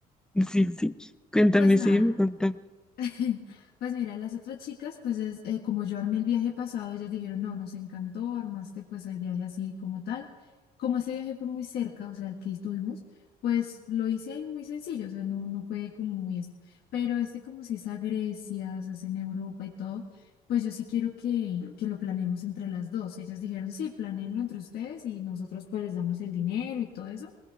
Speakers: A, in the centre; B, on the left.
A: Sí, sí. Cuéntame,
B: Pues nada,
A: sígueme contando.
B: <laughs> Pues mira, las otras chicas, pues es, eh, como yo armé el viaje pasado, ellas dijeron, no, nos encantó, armaste pues el viaje así como tal. Como ese viaje fue muy cerca, o sea, el que estuvimos, pues lo hice ahí muy sencillo, o sea, no, no fue como muy esto. Pero este como si es a Grecia, se hace en Europa y todo, pues yo sí quiero que, que lo planeemos entre las dos. Ellas dijeron, sí, planéenlo entre ustedes y nosotros pues les damos el dinero y todo eso.